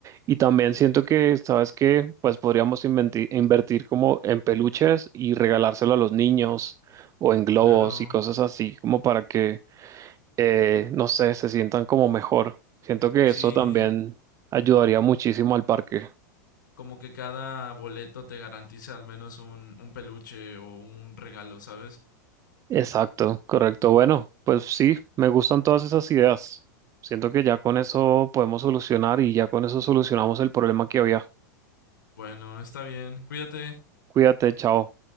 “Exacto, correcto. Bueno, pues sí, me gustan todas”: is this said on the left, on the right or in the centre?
Right